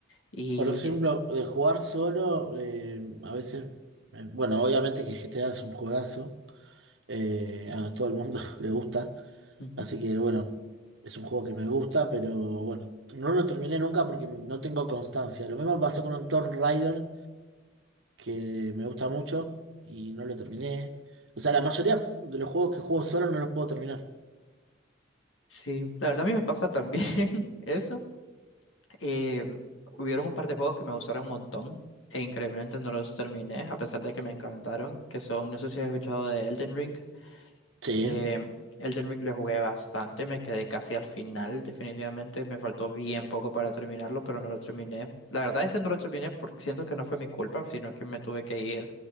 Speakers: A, on the left; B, on the right.
A: Y
B: Por ejemplo, de jugar solo, eh, a veces, eh, bueno, obviamente que GTA es un juegazo, eh, a todo el mundo <laughs> le gusta,
A: ujú,
B: así que bueno, es un juego que me gusta, pero bueno, no lo terminé nunca porque no tengo constancia. Lo mismo pasó con un Tomb Raider, que me gusta mucho y no lo terminé. O sea, la mayoría de los juegos que juego solo no los puedo terminar.
A: sí, la verdad a mí me pasa también <laughs> eso. Eh, hubieron un par de juegos que me gustaron un montón e increíblemente no los terminé, a pesar de que me encantaron, que son, no sé si has escuchado de Elden Ring.
B: Sí.
A: Eh, Elden Ring lo jugué bastante, me quedé casi al final, definitivamente me faltó bien poco para terminarlo, pero no lo terminé. La verdad es que no lo terminé porque siento que no fue mi culpa, sino que me tuve que ir